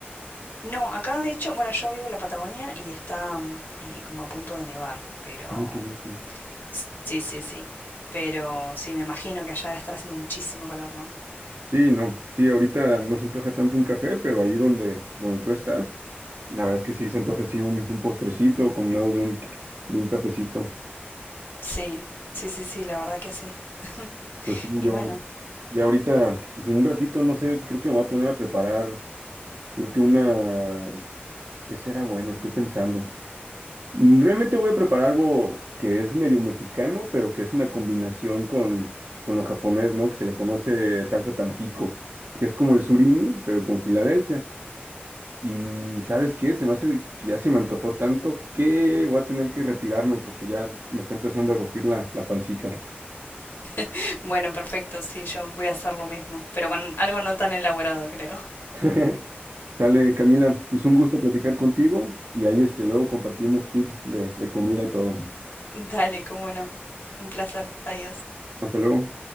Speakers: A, on the left; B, on the right.
A: No, acá de hecho, bueno, yo vivo en la Patagonia y está mm, y como a punto de nevar, pero...
B: Ah, qué gusto.
A: s- Sí, sí, sí. Pero sí, me imagino que allá debe estar haciendo muchísimo calor, ¿no?
B: Sí, no, sí, ahorita no se antoja tanto un café, pero ahí donde, donde tú estás, la verdad es que sí se antoja así un, un postrecito combinado de un, de un cafecito.
A: Sí, sí, sí, sí, la verdad que sí. <laughs>
B: Pues yo,
A: Y bueno,
B: ya ahorita, pues en un ratito, no sé, creo que me voy a poner a preparar, creo que una, ¿qué será bueno? Estoy pensando. Realmente voy a preparar algo que es medio mexicano, pero que es una combinación con, con lo japonés, ¿no? Que se le conoce salsa Tampico, que es como el surimi, pero con Filadelfia. Y ¿sabes qué? Se me hace que ya se me antojó tanto que voy a tener que retirarme porque ya me está empezando a rugir la, la pancita.
A: <laughs> bueno, perfecto, sí, yo voy a hacer lo mismo, pero con algo no tan elaborado, creo. <laughs>
B: <laughs> Sale, Camila, pues un gusto platicar contigo y ahí este, luego compartimos tips de, de comida y todo.
A: Dale, cómo no. Un placer. Adiós.
B: Hasta luego.